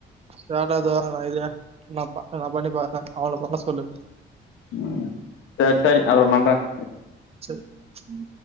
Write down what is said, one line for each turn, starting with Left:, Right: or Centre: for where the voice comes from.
Right: <unintelligible> இத நா நா பண்ணி பாக்கற அவள பண்ண சொல்லு
Left: உம் சேர் சேரி அப்றோ பண்ர
Right: செர் செர்